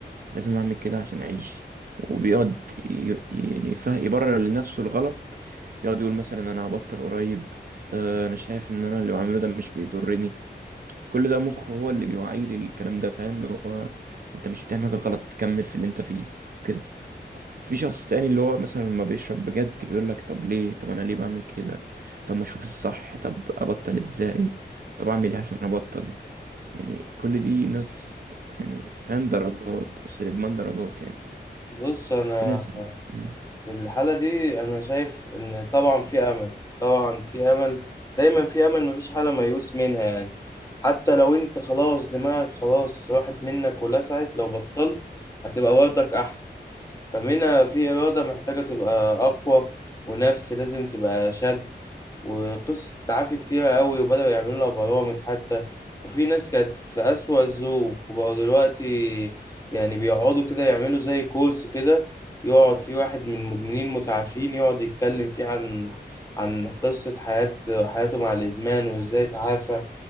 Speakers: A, on the right; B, on the left.
A: لازم اعمل كده عشان اعيش وبيقعد ي- يعني فا يبرر لنفسه الغلط يقعد يقول مثلا انا هبطل قريب آه، انا شايف ان انا اللي بعمله ده مش بيضرني كل ده مخه هو اللي بيوعيه للكلام ده فاهم اللي هو انت مش بتعمل حاجه غلط كمل في اللي انت فيه وكده في شخص تاني اللي هو مثلا لما بيشرب بجد بيقول لك طب ليه طب انا ليه بعمل كده طب ما اشوف الصح طب ابطل ازاي طب اعمل ايه عشان ابطل يعني كل دي ناس يعني فاهم درجات اصل الادمان درجات يعني
B: بص انا
A: في ناس مم.
B: في الحالة دي أنا شايف إن طبعا في أمل طبعا في أمل دايما في أمل مفيش حالة ميؤوس منها يعني حتى لو أنت خلاص دماغك خلاص راحت منك ولسعت لو بطلت هتبقى برضك أحسن فمنها في إرادة محتاجة تبقى أقوى ونفس لازم تبقى شد وقصص تعافي كتيرة قوي وبدأوا يعملوا لها برامج حتى وفي ناس كانت في أسوأ الظروف وبقوا دلوقتي يعني بيقعدوا كده يعملوا زي كورس كده يقعد فيه واحد من المدمنين المتعافين يقعد يتكلم فيه عن عن قصة حياة حياته مع الإدمان وإزاي تعافى